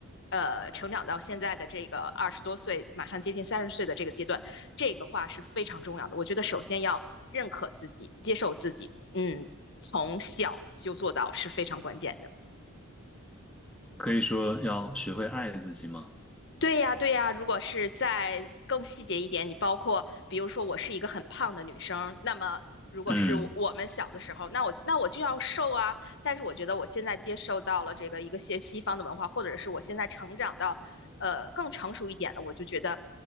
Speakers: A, on the left; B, in the centre.
A: 呃，成长到现在的这个二十多岁，马上接近三十岁的这个阶段，这个话是非常重要的。我觉得首先要认可自己，接受自己，嗯，从小就做到是非常关键的。
B: 可以说要学会爱自己吗？
A: 对呀，对呀，如果是再更细节一点，你包括比如说我是一个很胖的女生，那么如果是我我们小的时候，
B: 嗯
A: 那我那我就要瘦啊。但是我觉得我现在接受到了这个一个些西方的文化，或者是我现在成长到呃更成熟一点了，我就觉得